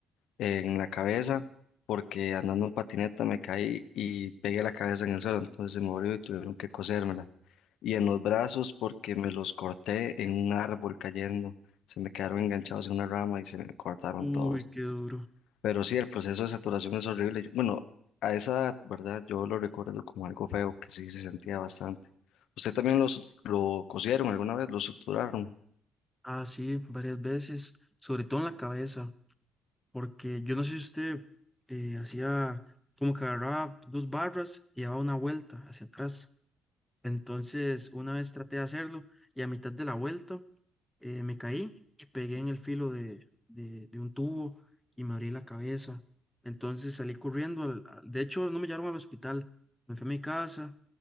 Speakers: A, on the left; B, in the centre.
A: En la cabeza porque andando en patineta me caí y pegué la cabeza en el suelo, entonces se me volvió y tuvieron que cosérmela. Y en los brazos porque me los corté en un árbol cayendo. Se me quedaron enganchados en una rama y se me cortaron
B: Uy,
A: todos.
B: qué duro.
A: Pero sí, el proceso de saturación es horrible. Bueno, a esa edad, ¿verdad? Yo lo recuerdo como algo feo, que sí se sentía bastante. ¿Usted también los, lo cosieron alguna vez, lo suturaron?
B: Ah, sí, varias veces, sobre todo en la cabeza, porque yo no sé si usted eh, hacía como que agarraba dos barras y daba una vuelta hacia atrás. Entonces, una vez traté de hacerlo y a mitad de la vuelta eh, me caí y pegué en el filo de, de- de un tubo y me abrí la cabeza. Entonces salí corriendo, al- al- de hecho no me llevaron al hospital, me fui a mi casa,